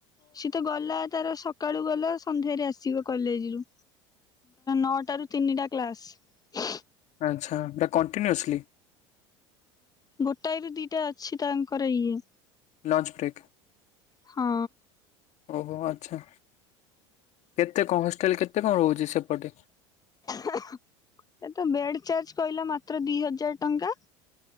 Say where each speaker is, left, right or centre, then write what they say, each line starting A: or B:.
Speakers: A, on the left; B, on the left.
A: ସିଏ ତ ଗଲା ତାର ସକାଳୁ ଗଲା ସନ୍ଧ୍ୟାରେ ଆସିବ କଲେଜରୁ ନଅଟା ରୁ ତିନିଟା କ୍ଲାସ
B: ଆଚ୍ଛା ଏଟା କଣ୍ଟିନ୍ୟୁସଲି
A: ଗୋଟାଏ ବି ଦିଟା ଅଛି ତାଙ୍କର ଇଏ।
B: Lunch break.
A: ହଁ।
B: ଓହୋ ଆଚ୍ଛା କେତେ କଣ ହଷ୍ଟେଲ କେତେ କଣ ରହୁଛି ସେପଟେ?
A: ଓଁହ ଏ ତ ବେଡ ଚାର୍ଜ କହିଲା ମାତ୍ର ଦି ହଜାର ଟଙ୍କା।